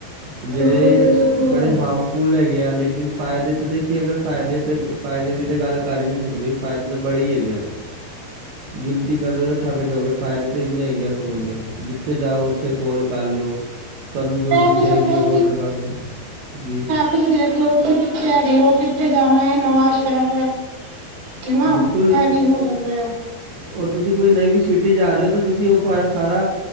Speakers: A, on the right; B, on the right.
A: ਜਿਹੜੇ
B: ਬਿਲਕੁਲ ਬਿਲਕੁਲ
A: ਬੜੇ ਹਾਰਫੁਲ ਫੁੱਲ ਹੈਗੇ ਆ ਲੇਕਿਨ ਫਾਇਦੇ ਤਾਂ ਦੇਖੀਏ ਅਗਰ ਫਾਇਦੇ ਤਾਂ ਫਾਇਦੇ ਦੀ ਤਾਂ ਗੱਲ ਕਰ ਹੀ ਨਹੀਂ ਸਕਦੇ। ਫਾਇਦੇ ਤਾਂ ਬੜੇ ਹੀ ਹੈ ਗਿਆ। ਗਿਣਤੀ ਕਰਦੇ ਥੱਕ ਜਾਓਗੇ ਫਾਇਦੇ ਤਾਂ ਇੰਨੇ ਹੈ ਆ ਫੋਨ ਦੇ ਜਿੱਥੇ ਜਾਓ ਉੱਥੇ ਕਲ ਕਰ ਲਓ। ਤੁਹਾਨੂੰ
B: ਮੈਪ
A: ਜੋ ਚੀਜ਼
B: ਵਿੱਚ
A: ਚਾਹੀਦੀ
B: ਆਪਣਾ
A: ਹੈ ਉਹ ਔਡਰ ਕਰ ਦਿਉ ਜੀ।
B: ਤੁਸੀ ਦੇਖਲੋ ਤੁਸੀਂ ਕਿੱਥੇ ਹੈਗੇ ਹੋ ਕਿੱਥੇ ਜਾਣਾ ਇਹ ਨਵਾਂ ਸ਼ਹਿਰ ਹੈ। ਕੀ ਨਾ
A: ਬਿਲਕੁਲ
B: ਇਹ ਵੀ ਹੋ ਜਾਂਦਾ ਆ।
A: ਔਰ ਤੁਸੀਂ ਕੋਈ ਨਵੀਂ ਸਿਟੀ ਆਜੋ ਤਾਂ ਤੁਸੀਂ ਉਹ ਸਾਰਾ